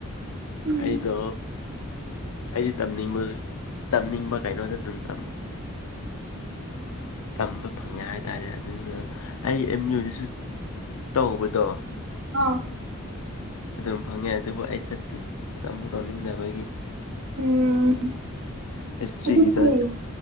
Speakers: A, on the right; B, on the left.
A: ꯎꯝ
B: ꯑꯩꯗꯣ ꯑꯩꯗꯤ ꯇꯝꯅꯤꯡꯕ ꯇꯝꯅꯤꯡꯕ ꯀꯩꯅꯣꯗ ꯑꯗꯨꯝꯕ ꯇꯝꯕ ꯐꯪꯉꯦ ꯍꯥꯏꯇꯥꯔꯦ ꯑꯗꯨꯅ ꯑꯩ ꯑꯦꯝ ꯌꯨꯗꯁꯨ ꯇꯧꯕꯗꯣ
A: ꯑꯥ
B: ꯑꯗꯨꯝ ꯐꯪꯉꯦ ꯑꯗꯨꯕꯨ ꯑꯩ ꯆꯠꯇ ꯑꯃꯨꯛ ꯇꯧꯅꯤꯡꯗꯕꯒꯤ
A: ꯎꯝ
B: ꯍꯤꯁꯇ꯭ꯔꯤꯒꯤꯗ
A: ꯑꯗꯨ ꯐꯔꯦ